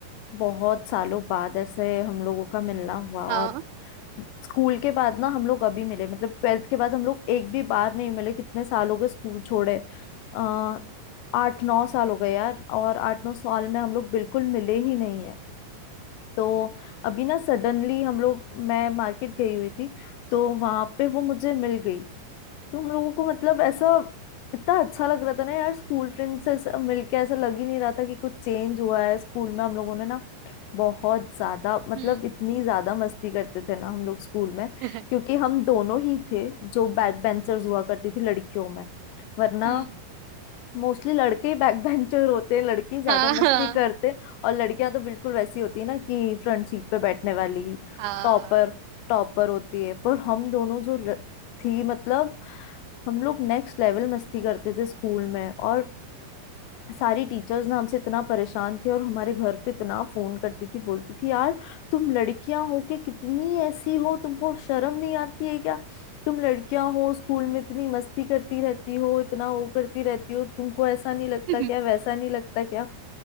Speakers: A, on the left; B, on the right.
A: बहुत सालों बाद ऐसे हम लोगों का मिलना हुआ
B: हाँ
A: और स्कूल के बाद ना हम लोग अभी मिले मतलब ट्वेल्थ के बाद हम लोग एक भी बार नहीं मिले कितने साल हो गए स्कूल छोड़े आ, आठ नौ साल हो गए यार और आठ नौ साल में हम लोग बिल्कुल मिले ही नहीं तो अभी ना सडनली हम लोग मैं मार्केट गई हुई थी तो वहां पे वो मुझे मिल गई तो हम लोगों को मतलब ऐसा इतना अच्छा लग रहा था ना यार स्कूल फ्रेंड से ऐसा मिलके ऐसा लग ही नहीं रहा था कि कुछ चेंज हुआ है स्कूल में हम लोगों ने ना बहुत ज्यादा मतलब
B: हम्म
A: इतनी ज्यादा मस्ती करते थे ना हम लोग स्कूल में
B: <laughs>
A: क्योंकि हम दोनों ही थे जो बैक बेंचर्स हुआ करती थी लड़कियों में वरना
B: हम्म
A: मोस्टली लड़के बैक बेंचर होते हैं लड़के ज्यादा
B: हाँ
A: मस्ती
B: हाँ
A: करते हैं और लड़कियां तो बिल्कुल वैसी होती है ना कि फ्रंट सीट पे बैठने वाली
B: हाँ
A: टॉपर टॉपर होती है पर हम दोनों जो ल- थी मतलब हम लोग नेक्स्ट लेवल मस्ती करते थे स्कूल में और सारी टीचर्स ना हमसे इतना परेशान थी और हमारे घर पे इतना फोन करती थी बोलती थी यार तुम लड़कियां हो के कितनी ऐसी हो तुमको शर्म नहीं आती है क्या तुम लड़कियां हो स्कूल में इतनी मस्ती करती रहती हो इतना वो करती रहती हो तुमको ऐसा नहीं लगता
B: <laughs>
A: क्या वैसा नहीं लगता क्या